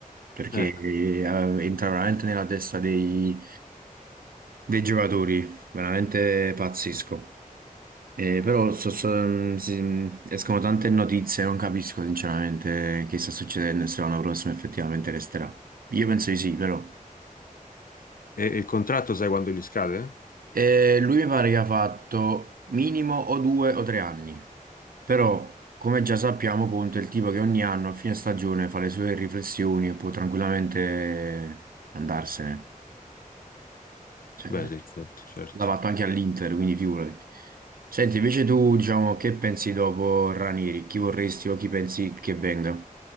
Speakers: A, on the right (about 80°); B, on the left (about 75°).
A: perché
B: eh,
A: eh, entra veramente nella testa dei, dei giocatori, veramente pazzesco. Eh, però so- so- si- escono tante notizie, non capisco sinceramente che sta succedendo e se l'anno prossimo effettivamente resterà. Io penso di sì, però.
B: e, e il contratto sai quando gli scade?
A: Eh, lui mi pare che ha fatto minimo o due o tre anni. Però, come già sappiamo, Conte è il tipo che ogni anno a fine stagione fa le sue riflessioni e può tranquillamente andarsene. Cioè,
B: Beh, sì, certo, certo.
A: l'ha fatto anche all'Inter, quindi figurati. Senti, invece tu, diciamo, che pensi dopo Ranieri? Chi vorresti o chi pensi che venga?